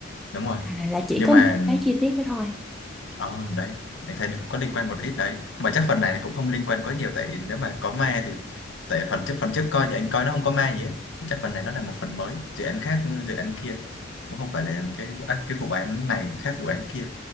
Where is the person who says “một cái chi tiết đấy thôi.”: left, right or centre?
Centre